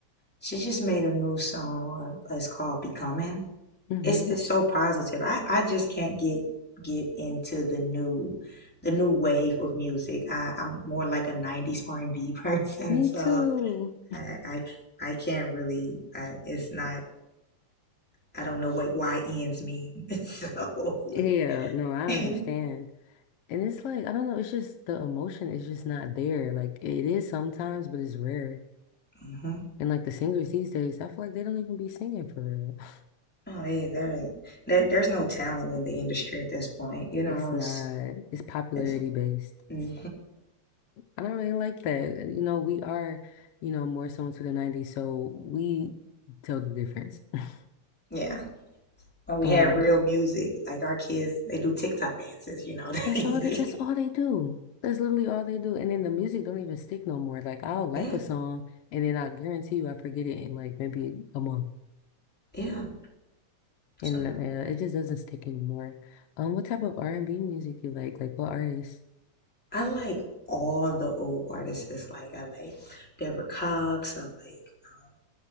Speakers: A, in the centre; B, on the left (about 70°).
A: she just made a new song. It's called Becoming.
B: Mm-hmm.
A: it's it's so positive. I I just can't get get into the new the new wave of music. I I'm more like a 90s R&B <laughs> person,
B: Me
A: so
B: too.
A: I I, I can't really I, it's not I don't know what Y YNs mean. <laughs> So
B: Yeah, no, I
A: <laughs>
B: understand. And it's like, I don't know, it's just the emotion is just not there. Like it is sometimes, but it's rare.
A: hmm
B: And like the singers these days, I feel like they don't even be singing for real. <laughs>
A: No, they there there there's no talent in the industry at this point. You know,
B: It's not,
A: it's
B: it's popularity
A: it's
B: based.
A: hmm
B: I don't really like that. You know, we are, you know, more so into the 90s, so we tell the difference. <laughs>
A: yeah. When we
B: Um,
A: had real music, like our kids, they do TikTok dances, you know.
B: that's
A: <laughs> They,
B: all they that's all they do. That's literally all they do. And then the music don't even stick no more. Like I'll like
A: yeah.
B: a song and then I guarantee you I forget it in like maybe a month.
A: Yeah.
B: And
A: So
B: uh, it just doesn't stick anymore. Um, what type of R&B music you like? Like what artists?
A: I like all the old artists. Like I like Deborah Cox. I like um,